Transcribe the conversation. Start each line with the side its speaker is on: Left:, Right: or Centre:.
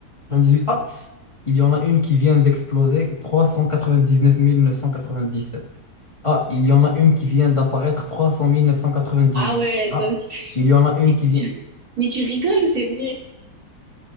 Left: huit Ah, il y en a une qui vient d'exploser, Trois cent cent quatre-vingt-dix-neuf quatre-vingt-dix-sept. neuf mille Ah, il y en a une qui vient d'apparaître, Trois cent cent mille neuf cent quatre-vingt-dix-huit.
Right: Ah ouais,
Left: Ah,
Right: toi aussi, <laughs>
Left: il y en a une qui vient.
Right: tu ri- mais tu rigoles ou c'est vrai?